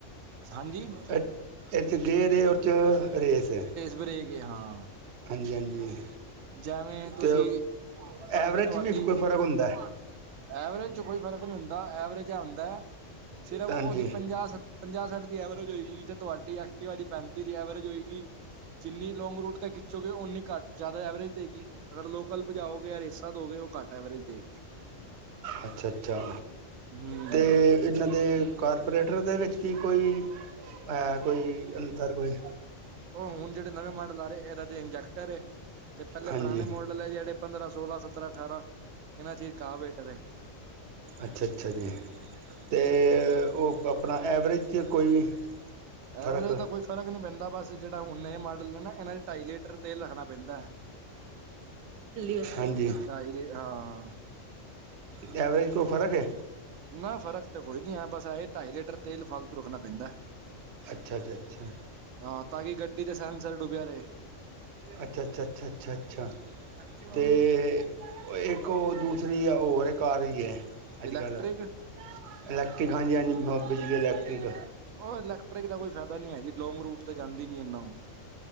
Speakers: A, on the right; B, on the right.
A: ਹਾਂਜੀ
B: ਇਹਦੇ ਚ ਗੇਰੇ ਉਹਦੇ ਚ ਰੇਸ ਐ
A: ਬ੍ਰੇਕ ਏ ਹਾਂ
B: ਹਾਂਜੀ-ਹਾਂਜੀ।
A: ਜੈਵੇਂ ਤੁਸੀਂ
B: ਤੇ ਐਵਰੇਜ
A: ਅਗਰ ਤੁਹਾਡੀ
B: ਚ ਵੀ ਕੋਈ ਫ਼ਰਕ ਹੁੰਦਾ।
A: ਐਵਰੇਜ ਚ ਕੋਈ ਫ਼ਰਕ ਨੀ ਹੁੰਦਾ ਐਵਰੇਜ ਹੁੰਦਾ ਚ ਐ ਹੁੰਦਾ ਸਿਰਫ
B: ਹਾਂਜੀ
A: ਓਦੀ ਪੰਜਾਹ ਸ ਪੰਜਾਹ ਸੱਠ ਦੀ ਐਵਰੇਜ ਹੋਏ ਗੀ ਤੇ ਤੁਹਾਡੀ ਐਕਟੀਵਾ ਦੀ ਪੈਂਤੀ ਦੀ ਐਵਰੇਜ ਹੋਏਗੀ ਜਿੰਨੀ ਲੋਂਂਗ ਰੂਟ ਤੇ ਖਿੱਚੋਗੇ ਓਨੀ ਘੱਟ ਜਾਦਾ ਐਵਰੇਜ ਦੇਗੀ ਅਗਰ ਲੋਕਲ ਭਜਾਓਗੇ ਰੇਸਾਂ ਦੋਗੇ ਓ ਘੱਟ ਐਵਰੇਜ ਦੇਗੀ
B: ਅੱਛਾ-ਅੱਛਾ
A: ਹੂੰ।
B: ਤੇ ਏਨਾਂ ਦੇ ਕਾਰਪੋਰੇਟਰ ਦੇ ਵਿੱਚ ਵੀ ਕੋਈ ਹੈ ਕੋਈ ਅੰਤਰ ਕੋਈ।
A: ਓ ਹੁਣ ਜੇੜ੍ਹੇ ਨਵੇਂ ਮਾਡਲ ਆ ਰੇ ਏਨਾ ਦੇ ਇੰਜੈਕਟਰ ਏ ਤੇ ਪੈਲੇ
B: ਹਾਂਜੀ
A: ਪੁਰਾਣੇ ਮਾਡਲ ਜੇੜ੍ਹੇ ਪੰਦਰਾਂ, ਸੋਲਾਂ, ਸਤਰਾਂ, ਠਾਰਾ ਕਾਬੇਟਰ ਐ।
B: ਅੱਛਾ-ਅੱਛਾ ਜੀ। ਤੇ ਓ ਆਪਣਾ ਐਵਰੇਜ ਚ ਕੋਈ
A: ਐਵਰੇਜ
B: ਫ਼ਰਕ
A: ਦਾ ਕੋਈ ਫਰਕ ਨੀ ਪੈਂਦਾ ਬਸ ਜੇੜਾ ਹੁਣ ਏ ਮਾਡਲ ਨੇ ਨਾ ਏਨਾ ਢਾਈ ਲੀਟਰ ਤੇਲ ਰੱਖਣਾ ਪੈਂਦਾ,
B: ਵਸਤੇ
A: ਢਾਈ ਲੀ ਹਾਂ।
B: ਐਵਰੇਜ ਕੋ ਫਰਕ ਏ।
A: ਨਾ ਫ਼ਰਕ ਤਾਂ ਕੋਈ ਨੀ ਹੈ ਬਸ ਆਏ ਢਾਈ ਲੀਟਰ ਤੇਲ ਫਾਲਤੂ ਰੁਕਣਾ ਪੈਂਦੈ।
B: ਅੱਛਾ ਜੀ ਅੱਛਾ
A: ਹਾਂ ਤਾਂ ਕਿ ਗੱਡੀ ਤੇ ਸਹਿਨ ਸਰ ਡੁੱਬਿਆ ਰਏ।
B: ਅੱਛਾ-ਅੱਛਾ-ਅੱਛਾ-ਅੱਛਾ-ਅੱਛਾ
A: ਹਾਂ।
B: ਤੇ ਓ ਇ ਕ ਓ ਦੂਸਰੀ ਆ ਓ ਹਲੇ ਘਰ ਈ ਐ। ਅੱਜ
A: ਇਲੈਕਟ੍ਰਿਕ
B: ਕੱਲ੍ਹ ਇਲੈਕਟ੍ਰਿਕ ਹਾਂਜੀ-ਹਾਂਜੀ ਬਿਜਲੀ ਇਲੈਕਟ੍ਰਿਕ
A: ਓ ਇਲੈਕਟ੍ਰਿਕ ਦਾ ਕੋਈ ਫੈਦਾ ਨੀ ਐ ਜੀ ਲੋਂਂਗ ਰੂਟ ਤੇ ਜਾਂਦੀ ਨੀ ਇਨਾਂ ਓ